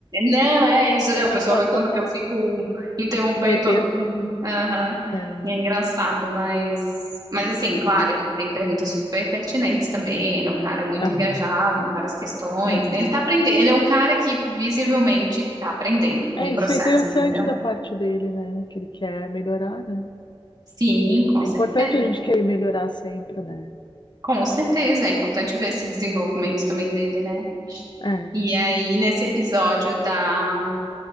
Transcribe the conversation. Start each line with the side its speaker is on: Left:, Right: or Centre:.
Right: Não, é, eles, é,
Left: Ele
Right: o
Left: não
Right: pessoal
Left: sabe
Right: reclama
Left: quando parar.
Right: que eu fico interrompendo
Left: Me metendo.
Right: todo mundo. Aham.
Left: É.
Right: E É engraçado, mas mas assim, claro, ele tem perguntas super pertinentes também. Ele é um cara muito
Left: Aham.
Right: engajado em várias questões.
Left: aham.
Right: Ele tá aprendendo, ele é um cara que visivelmente tá aprendendo
Left: É,
Right: com o
Left: isso
Right: processo,
Left: é interessante
Right: entendeu?
Left: da parte dele, né? Que ele quer melhorar, né?
Right: Sim, com
Left: É
Right: certeza.
Left: importante a gente querer melhorar sempre, né?
Right: Com certeza, é importante ver esse desenvolvimento também dele, né?
Left: É.
Right: E aí, nesse episódio da